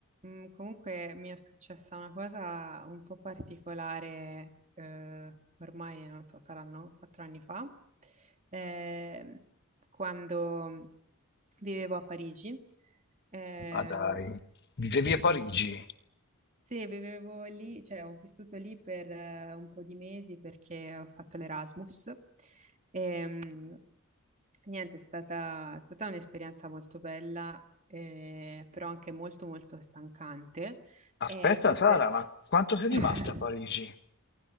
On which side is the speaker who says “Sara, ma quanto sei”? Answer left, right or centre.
Left